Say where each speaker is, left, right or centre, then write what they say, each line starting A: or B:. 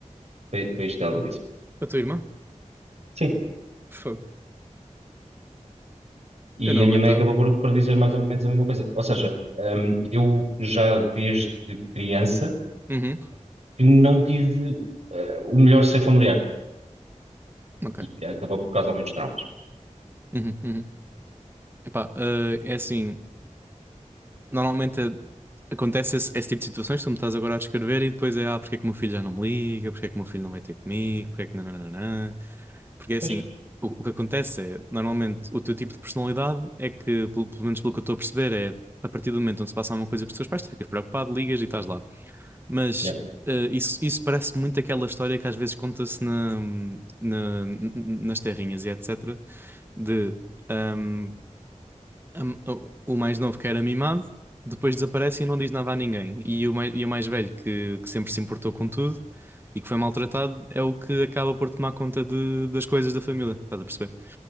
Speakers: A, on the right; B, on the right.
A: Foi, foi isto que ela me disse.
B: A tua irmã?
A: Sim.
B: Fogo.
A: E
B: Eu não
A: a
B: aguentava.
A: minha mãe acabou por, por dizer mais ou menos a mesma coisa. Ou seja, hum, eu já desde criança
B: Uhum.
A: que não tive eh, o melhor seio familiar.
B: Ok.
A: E acabou por causar muitos traumas.
B: Uhum, uhum. Epá, eh, é assim, normalmente eh, acontece esse, esse tipo de situações, que tu me estás agora a descrever e depois é, ah, porque é que o meu filho já não me liga, porque é que o meu filho não vai ter comigo, porque é que nananana. Porque é
A: Pois,
B: assim, o, o que acontece é, normalmente, o teu tipo de personalidade é que, pelo, pelo menos pelo que eu estou a perceber, é a partir do momento onde se passa alguma coisa com os teus pais, tu ficas preocupado, ligas e estás lá. Mas
A: Yeah.
B: eh, isso, isso parece muito aquela história que às vezes conta-se na, na- nas terrinhas e etc de ahm, am- o o mais novo que era mimado, depois desaparece e não diz nada a ninguém. E o mais, e o mais velho que, que sempre se importou com tudo e que foi maltratado é o que acaba por tomar conta de- das coisas da família, estás a perceber?